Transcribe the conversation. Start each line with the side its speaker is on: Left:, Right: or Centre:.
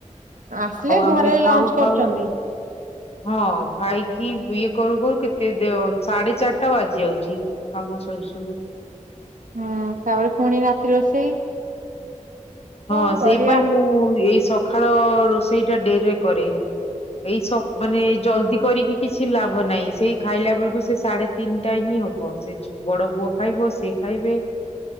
Right: ଆସିଲେ
Left: ଆଉ ଆମେ
Right: ଘରେ
Left: ଖାଉ
Right: ଲଞ୍ଚ କରୁଛନ୍ତି
Left: ଖାଉ ହଁ ଖାଇକି ଇଏ କରୁ କରୁ କେତେ ଦେୟ ସାଢେ ଚାରିଟା ବାଜି ଯାଉଛି ତାଙ୍କୁ କାମ ସରୁ ସରୁ
Right: ହୁଁ ତାପରେ ପୁଣି ରାତି ରୋଷେଇ? କଣ
Left: ହଁ ସେଇପାଇ
Right: କରିବା
Left: ମୁଁ ଏଇ ସକାଳ ରୋଷେଇ ଟା ଡେରିରେ କରେ। ଏଇ ସ ମାନେ ଜଲଦି କରିକି କିଛି ଲାଭ ନାହିଁ ସେଇ ଖାଇଲା ବେଳକୁ ସେ ସାଢେ ତିନିଟା ହିଁ ହିଁ ହବ ସେ ବଡ ପୁଅ ଖାଇବ ସେ ଖାଇବେ।